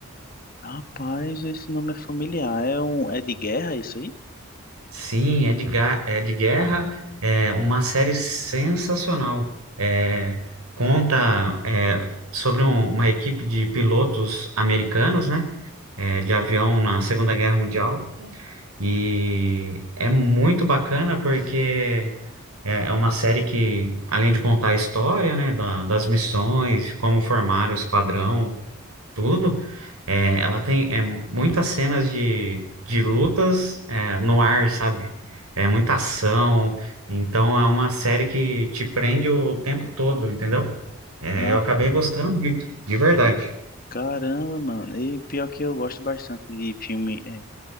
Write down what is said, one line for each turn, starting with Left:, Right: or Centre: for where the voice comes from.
Left: Rapaz, esse nome é familiar. É um é de guerra isso aí?
Right: Sim, é de, ga- é de guerra, é uma série sensacional. É, conta é, sobre um- uma equipe de pilotos americanos, né? é, de avião na Segunda Guerra Mundial. E é muito bacana porque é, é uma série que, além de contar a história, né, da- das missões, como formaram o esquadrão, tudo. É, ela tem é, muitas cenas de, de lutas é, no ar, sabe? É muita ação. Então é uma série que te prende o tempo todo, entendeu? É,
Left: Ah,
Right: eu acabei gostando muito, de verdade.
Left: caramba, mano. E pior que eu gosto bastante de filme, é,